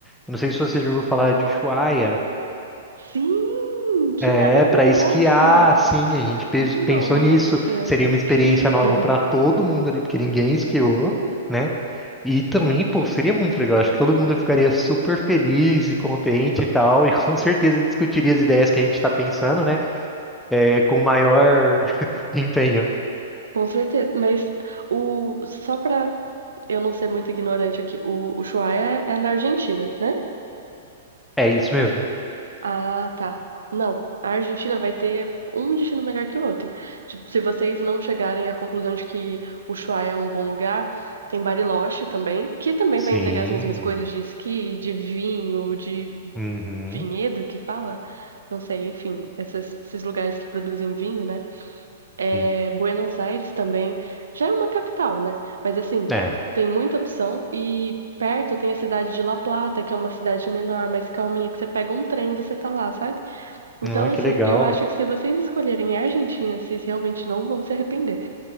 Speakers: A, in the centre; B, on the right (about 65°).
A: Eu não sei se você já ouviu falar de Ushuaia,
B: Sim, que
A: É,
B: maravilhoso!
A: para esquiar, sim, a gente pe-
B: Nossa,
A: pensou nisso. Seria
B: incrível!
A: uma experiência nova para todo mundo ali, porque ninguém esquiou, né? E também, pô, seria muito legal. Acho que todo mundo ficaria super feliz e contente e tal, e <laughs> com certeza discutiria as ideias que a gente está pensando, né? É, com maior <laughs> empenho.
B: Com certeza, mas o só pra eu não ser muito ignorante aqui, o, o Ushuaia é, é na Argentina, né?
A: É isso mesmo.
B: Ah, tá. Não, a Argentina vai ter um destino melhor que o outro. Tipo, se vocês não chegarem à conclusão de que o Ushuaia é um bom lugar, tem Bariloche também, que também vai
A: Sim.
B: entregar as mesmas coisas de esqui, de vinho, de
A: Uhum.
B: vinhedo que fala, não sei, enfim, essas- esses lugares que produzem vinho, né? É,
A: Sim.
B: Buenos Aires também já é uma capital, né? Mas assim,
A: É.
B: tem muita opção e perto tem a cidade de La Plata, que é uma cidade menor, mais calminha, que você pega um trem e você tá lá, sabe? Então,
A: Ai,
B: assim,
A: que legal.
B: eu acho que se vocês escolherem a Argentina, vocês realmente não vão se arrepender.